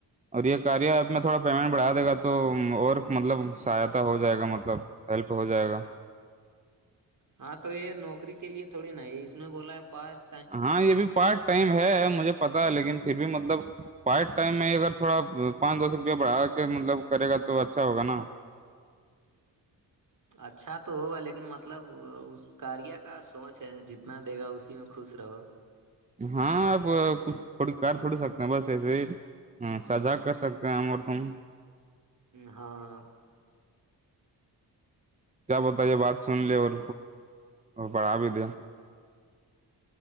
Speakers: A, on the right; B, on the right.
A: اور یہ کاریہ ایپ میں تھوڑا پیمنٹ بڑھا دے گا تو اور مطلب سہایتا ہو جائے گا مطلب ہیلپ ہو جائے گا
B: ہاں تو یہ نوکری کے لیے تھوڑی نا اس میں بولا ہے پاسٹ
A: ہاں یہ بھی پارٹ ٹائم ہے مجھے پتا ہے لیکن پھر بھی مطلب پارٹ ٹائم میں اگر تھوڑا پانچ دس روپیہ بڑھا کے مطلب کرے گا تو اچھا ہوگا نا
B: اچھا تو ہوگا لیکن مطلب اس کاریہ کا سوچ ہے جتنا دے گا اسی میں خوش رہو
A: ہاں آپ کچھ تھوڑی کر تھوڑی سکتے ہیں بس ایسے ہی ہاں سزا کر سکتے ہیں ہم اور تم
B: ہاں
A: کیا پتہ یہ بات سن لیے اور پڑھا بھی دے